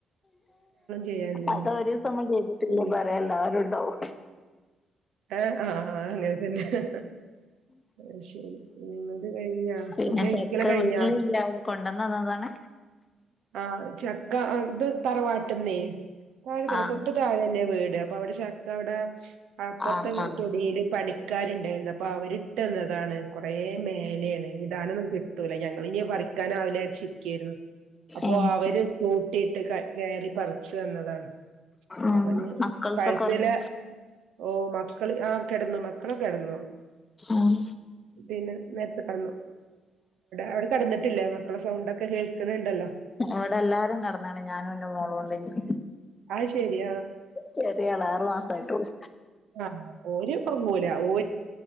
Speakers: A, on the right; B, on the left.
A: ചെയ്യാനില്ലല്ലോ
B: അത ഒരു ദിവസ മ്മ ചെയ്തിട്ടില്ല
A: പിന്നെ
B: പറയാ എല്ലാവരുണ്ടാവും
A: ഹ ആഹ അത്‌ന്നെയാണ് അന്നെ ശരി അത് കഴിഞ്ഞാ
B: പിന്നെ
A: ഫുഡഡ് കഴിക്കല
B: ചെക്ക
A: കഴിഞ്ഞാ
B: വീട്ടിലില്ല അവള് കൊണ്ടന്ന് തന്നതാണ്
A: ആ അ ചക്ക അത് തറവാ ട്ട്ന്നെ താഴെ തന്നെ
B: ആഹ്
A: തൊട്ട് താഴെ തന്നെ വീട് അപ്പ അവിടെ ച ക്ക അവിടെ അപ്പുറത്തെ
B: ആഹ് ആഹ്
A: തൊടിയില് പണിക്കാരുണ്ടായിരുന്നു പ്പൊ അവര് കിട്ടുന്നതാണ് കുറേ മേലെയാണ് ഇടാണന്നും കിട്ട് കിട്ടൂല്ല ഞങ്ങൾ ഇനി പറിക്കാൻ ആളിനെവെച്ചിരിക്കുകയായിരുന്നു അപ്പോ
B: ഏഹ്
A: അവര് തോ ട്ടിട്ട് കയറി പറിച്ചു തന്നതാണ്
B: ഉം
A: അപ്പന്
B: മക്കൾസൊക്കെ
A: പഴത്തല
B: ഒറങ്ങി
A: ഓ മക്കള് ആ കെടന്നു മക്കളൊക്കെ കെടന്നു
B: ഉം
A: പിന്നെ നേരത്തെ കെടന്നു അവിടെ കെടന്നിട്ടില്ലേ മക്കള സൗണ്ടൊക്കെ കേ ക്കുന്നുണ്ടല്ലോ
B: അവിടെ എല്ലാരും നടന്നാണ് ഞാനും എന്റെ മോള കൊണ്ട്
A: അത് ശരി
B: ചെറിയള് ആറു മാസ ആയിട്ടുള്ളൂ
A: ആഹ ഓര് കൊങ്ങൂല ഓര്